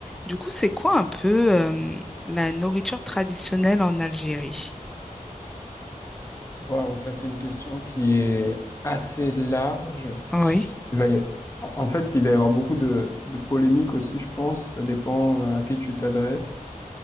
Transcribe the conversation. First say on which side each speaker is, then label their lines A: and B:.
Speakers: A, in the centre; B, on the left.
A: Du coup, c'est quoi un peu euh, la nourriture traditionnelle en Algérie?
B: Waouh, ça c'est une question qui est assez large.
A: Oui,
B: Il va y- En fait, il va y avoir beaucoup de, de polémiques aussi, je pense. Ça dépend euh, à qui tu t'adresses.